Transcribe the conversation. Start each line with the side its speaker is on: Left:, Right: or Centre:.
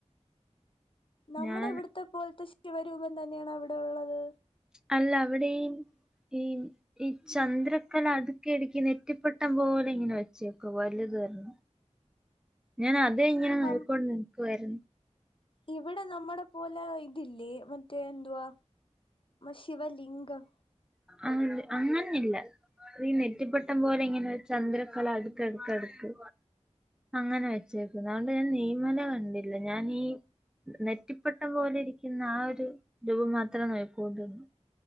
Left: നമ്മടെ
Centre: ഞാൻ
Left: ഇവ്ടത്തെ പോൽത്തെ ശ് ശിവ രൂപം തന്നെയാണോ അവിടെള്ളത്?
Centre: അല്ല അവിടെയും ഈ ഈ ചന്ദ്രക്കല അടുക്കി അടുക്കി നെറ്റിപ്പെട്ടം പോലെ ഇങ്ങനെ വെച്ചേക്കെ വലുതൊരണ്ണം ഞാന ഇത് ഇങ്ങനെ നോക്കികൊണ്ട്
Left: നം
Centre: നിക്കുവായിരുന്നു.
Left: ഇവിടെ നമ്മടെ പോലെ ഇതില്ലേ മറ്റേ എന്തുവാ ശിവലിംഗം.
Centre: അ അങ്ങനൊന്നില്ല. ഈ നെറ്റിപ്പട്ടം പോലെ ഇങ്ങനെ ചന്ദ്രക്കല അടുക്ക് അടുക്ക് അടുക്ക് അങ്ങനെ വെച്ചേക്ക്ന്നെ. അതുകൊണ്ട് ഞൻ നെയ്മല കണ്ടില്ല. ഞാനീ നെറ്റിപ്പട്ടം പോലെ ഇരിക്കുന്ന ആ ഒരു രൂപം മാത്രം നോക്കിക്കോണ്ട്ന്ന്.